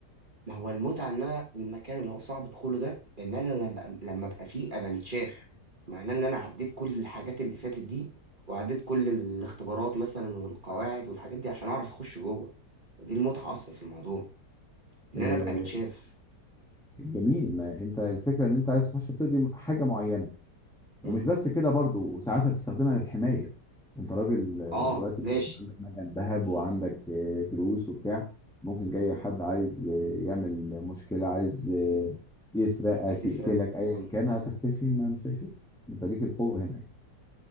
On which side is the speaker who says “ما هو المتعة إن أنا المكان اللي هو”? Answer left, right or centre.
Right